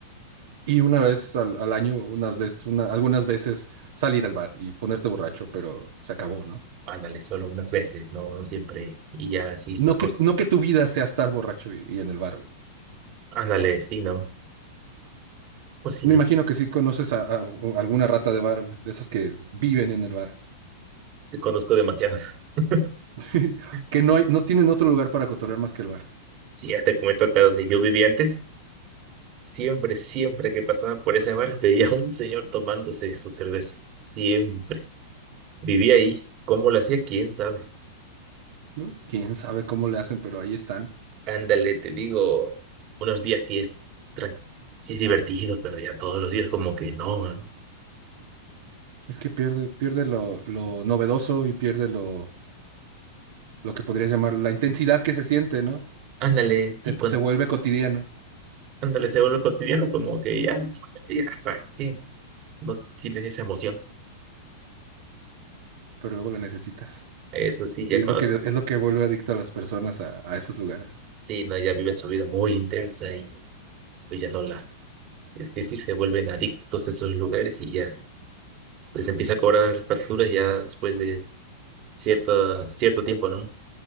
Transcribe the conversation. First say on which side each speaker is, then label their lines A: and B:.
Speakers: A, on the right; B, on the right.
A: Y una vez al, al año, unas veces, una- algunas veces salir al bar y ponerte borracho, pero se acabó, ¿no?
B: Ándale, solo unas veces, ¿no? No siempre. Y ya así estas
A: No
B: cosas.
A: que, no que tu vida sea estar borracho y, y en el bar.
B: Ándale, sí, ¿no? Pues sí,
A: Me
B: no
A: imagino
B: sé,
A: que sí conoces a, a- a alguna rata de bar, de esos que viven en el bar,
B: te conozco demasiadas. <laughs>
A: <laughs> que
B: Sí,
A: no hay, no tienen otro lugar para cotorrear más que el bar.
B: sí, ya te comento acá donde yo vivía antes. Siempre, siempre que pasaba por ese bar, <laughs> veía a un señor tomándose su cerveza. Siempre. Vivía ahí. ¿Cómo lo hacía? ¿Quién sabe?
A: ¿no? Quién sabe cómo le hacen, pero ahí están.
B: Ándale, te digo, unos días sí es, tran- sí es divertido, pero ya todos los días como que no. ¿no?
A: Es que pierde, pierde lo, lo novedoso y pierde lo, lo que podrías llamar la intensidad que se siente, ¿no?
B: Ándale, sí,
A: Te- pues,
B: cuando,
A: se vuelve cotidiano,
B: ándale, se vuelve cotidiano, como que ya, ya, ¿para qué? No tienes esa emoción.
A: pero luego la necesitas.
B: Eso sí, ya
A: Y es
B: cuando,
A: lo que,
B: s-
A: es lo que vuelve adicto a las personas a, a esos lugares.
B: sí, no, ya viven su vida muy intensa y pues ya no la, es decir, se vuelven adictos a esos lugares y ya les empieza a cobrar facturas ya después de cierto, cierto tiempo, ¿no?